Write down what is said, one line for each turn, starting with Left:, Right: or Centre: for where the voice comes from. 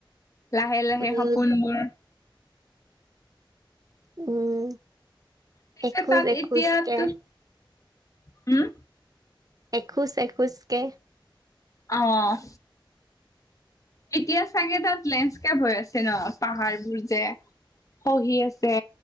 Left: লাহে লাহে
Right: উম
Left: সপোনবোৰ।
Right: উম।
Left: পিছে
Right: এখোজ
Left: তাত
Right: এখোজকে
Left: এতিয়াটো হম?
Right: এখোজ এখোজকে।
Left: অ'। এতিয়া চাগে তাত লেণ্ডস্কেপ হৈ আছে ন পাহাৰবোৰ যে। খহি আছে